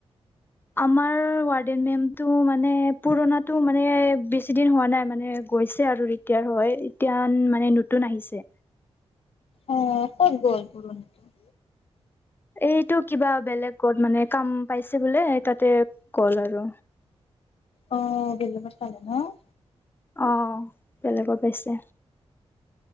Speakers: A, on the left (about 20°); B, on the left (about 65°).
A: আমাৰ ৱাৰ্ডেন মেমটো মানে পুৰানা টো মানে বেছি দিন হোৱা নাই মানে গৈছে আৰু ৰিতাৰ হয় এতিয়া মানে নতুন আহিছে
B: অ কত গল পুৰণিটো
A: এইটো কিবা বেলেগত মানে কাম পাইছে বোলে তাতে গ'ল আৰু
B: অ বলু মচালা ন <unintelligible>
A: অ বেলেগত পাইছে